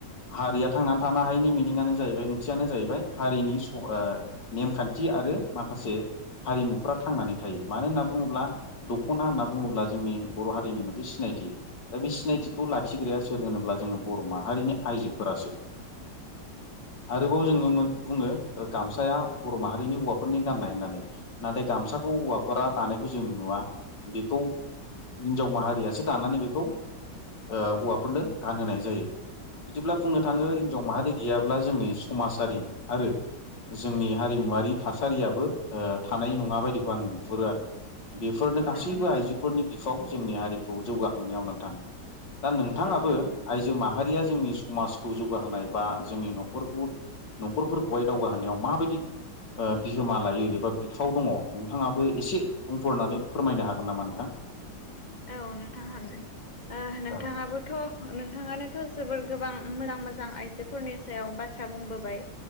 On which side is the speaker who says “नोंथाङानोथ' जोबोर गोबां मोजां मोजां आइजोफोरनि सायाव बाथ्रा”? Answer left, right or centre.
Left